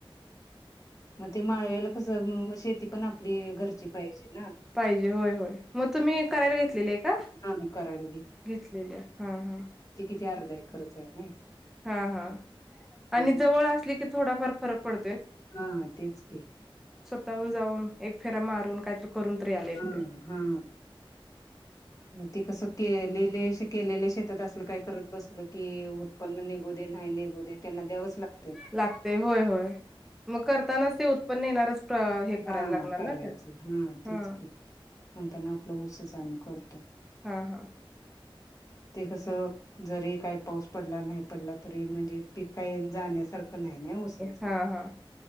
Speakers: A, on the left; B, in the centre.
A: मग ते माळव्याला कसं मग शेती पण आपली घरची पाहिजे. ना
B: पाहिजे होय होय, मग तुम्ही करायला घेतलेलि आहे का?
A: हा करायला
B: घेतलेली हा हा.
A: ते अर्धा एकरच हाय नी.
B: हा हा, आणि
A: मग
B: जवळ असले की थोडाफार फरक पड
A: हा तेच की,
B: जाऊन जाऊन एक फेरा मारून काहीतरी करून तर यायला येतंय.
A: हा हा. ते कसं केलेले केलेले शेतात असलं काय करत बस की उत्पन्न निघू दे नाही निघू दे त्यांना द्यावंच लाग
B: लागतंय होय होय. मग करतानाच ते उत्पन्न येणारच हे करायला
A: हा
B: लागणार
A: करायचं
B: ना त्यात
A: तेच
B: हा.
A: की म्हणताना आपलं ऊसच आम्ही करतो.
B: हा हा
A: ते कसं, जरी काय पाऊस पडला नाही पडला तरी म्हणजे पिक काय जाण्यासारखं नाही ना ऊसाच,
B: हा हा